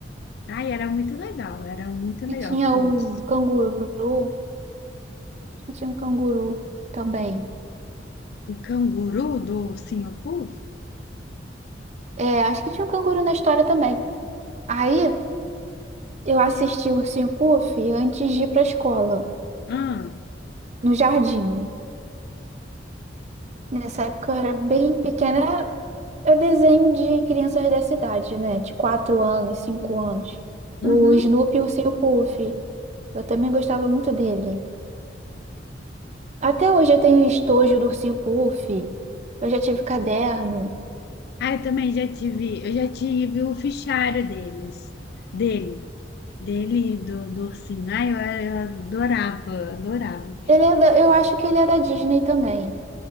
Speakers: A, on the left; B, on the right.
A: Ai, era muito legal, era muito
B: E
A: legal
B: tinha
A: todos.
B: um canguru. Acho que tinha um canguru também.
A: O canguru do Singapur.
B: É, acho que tinha um canguru na história também. Aí eu assisti o ursinho Puff antes de ir pra escola,
A: Hum,
B: no jardim. né? Nessa época eu era bem pequena, É desenho de crianças dessa idade, né? De 4 anos, 5 anos.
A: uhum.
B: O Snoopy e o Ursinho Puff. Eu também gostava muito dele. Até hoje eu tenho estojo do Ursinho Puff. Eu já tive caderno.
A: Ah, eu também já tive, eu já tive o fichário deles, dele, dele e do, do ursinho. Ai, eu, eu adorava, adorava.
B: Ele é da- eu acho que ele é da Disney também.